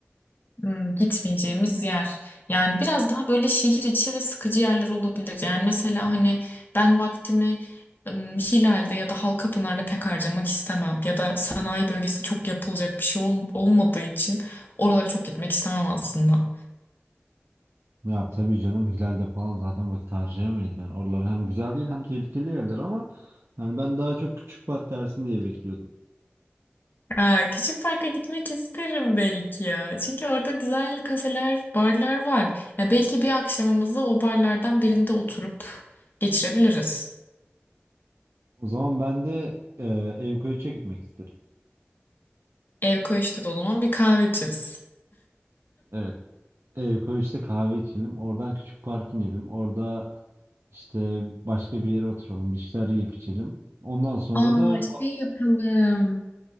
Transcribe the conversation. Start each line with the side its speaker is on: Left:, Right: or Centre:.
Left: Hmm, gitmeyeceğimiz yer. Yani biraz daha böyle şehir içi ve sıkıcı yerler olabilir. Yani mesela hani ben vaktimi ım, Hilal'de ya da Halkapınar'da pek harcamak istemem. Ya da sanayi bölgesi çok yapılacak bir şey ol- olmadığı için oralara çok gitmek istemem aslında.
Right: Ya tabii canım Hilal'de falan zaten vakit harcayamayız yani. Oralar hem güzel değil hem tehlikeli yerler ama yani ben daha çok küçük park dersin diye bekliyordum.
Left: Ha, küçük parka gitmek isterim belki ya. Çünkü orada güzel kafeler, barlar var. Ya belki bir akşamımızı o barlardan birinde oturup geçirebiliriz.
Right: O zaman ben de e, Evkoğaç'a gitmek isterim.
Left: Ev koğuşta da o zaman bir kahve içeriz.
Right: Evet. Evkoğaç'ta kahve içelim. Oradan küçük park inelim. Orada işte başka bir yere oturalım. Bir şeyler yiyip içelim. Ondan sonra
Left: Aa
Right: da
Left: şey yapalım.